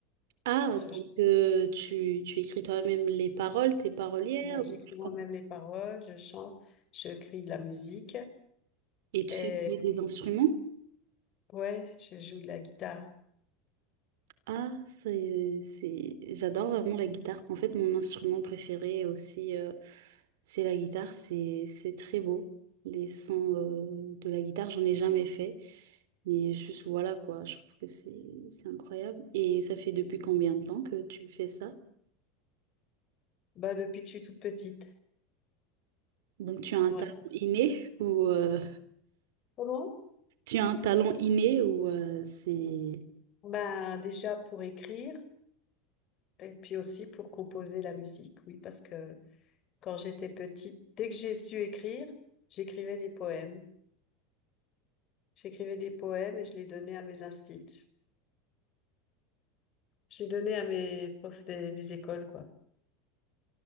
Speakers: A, on the right (about 80°); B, on the left (about 35°).
A: Ah,
B: Je, je-
A: donc euh, tu, tu écris toi-même les paroles, t'es parolière,
B: bon, j'écris
A: ou tu
B: moi-même les paroles, je chante, je crée de la musique.
A: Et tu
B: Et
A: sais jouer des instruments?
B: ouais, je joue de la guitare.
A: Ah, c'est, euh, c'est... J'adore vraiment la guitare. En fait, mon instrument préféré aussi, euh, c'est la guitare. C'est, c'est très beau. Les sons, euh, de la guitare, j'en ai jamais fait. Mais juste voilà quoi, je trouve que c'est, c'est incroyable. Et ça fait depuis combien de temps que tu fais ça?
B: Bah, depuis que je suis toute petite.
A: Donc tu as un
B: Ouais.
A: talent inné <laughs> ou euh,
B: Comment?
A: tu as un talent inné ou euh, c'est...
B: Bah, déjà pour écrire et puis aussi pour composer la musique. Oui, parce que quand j'étais petite, dès que j'ai su écrire, j'écrivais des poèmes. J'écrivais des poèmes et je les donnais à mes instits. J'ai donné à mes profs des, des écoles, quoi.